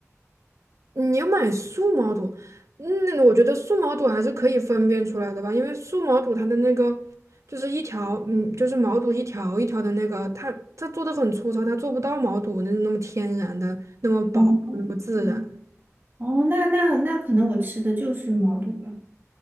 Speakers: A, on the right (about 70°); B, on the right (about 40°).
A: 你要买素毛肚，嗯，我觉得素毛肚还是可以分辨出来的吧，因为素毛肚它的那个就是一条，嗯，就是毛肚一条一条的那个，它它做的很粗糙，它做不到毛肚那那么天然的那么薄那么自然
B: 哦，嗯
A: <laughs>
B: 哦，那那那可能我吃的就是毛肚吧，